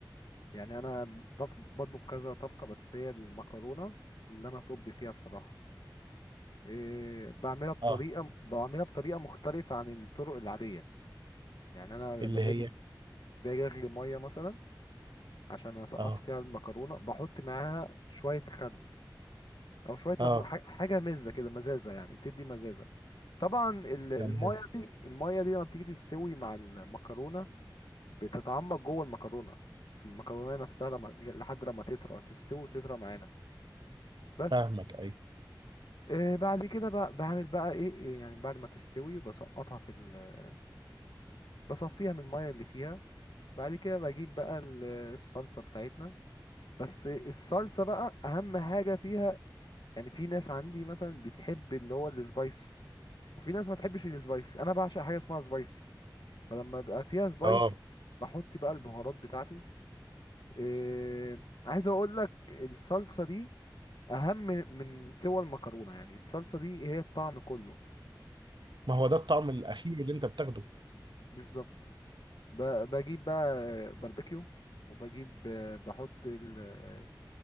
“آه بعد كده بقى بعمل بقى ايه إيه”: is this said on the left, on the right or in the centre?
Left